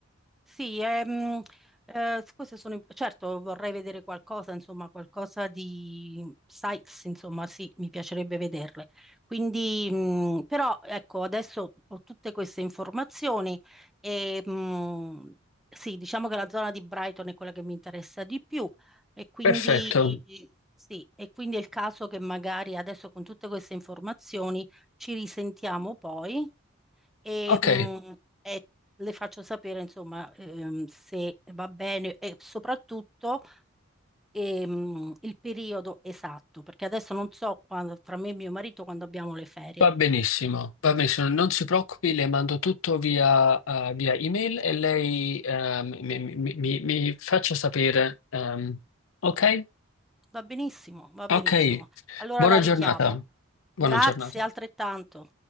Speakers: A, in the centre; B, on the left.
A: sì, ehm, eh, queste sono, imp- certo vorrei vedere qualcosa, insomma, qualcosa di sites, insomma, sì, mi piacerebbe vederle. Quindi, mh, però, ecco, adesso ho tutte queste informazioni e, mh, sì, diciamo che la zona di Brighton è quella che mi interessa di più e quindi,
B: perfetto.
A: sì, e quindi è il caso che magari adesso con tutte queste informazioni ci risentiamo poi e,
B: Ok,
A: mh, e le faccio sapere, insomma, ehm, se va bene e soprattutto ehm, il periodo esatto, perché adesso non so quando, tra me e mio marito quando abbiamo le ferie.
B: va benissimo, va benissimo. Non si preoccupi, le mando tutto via, eh, via email e lei, eh, mi, mi- mi- mi faccia sapere. ehm, ok?
A: Va benissimo, va benissimo.
B: Ok,
A: Allora
B: buona
A: la richiamo.
B: giornata. Buona
A: Grazie
B: giornata.
A: altrettanto.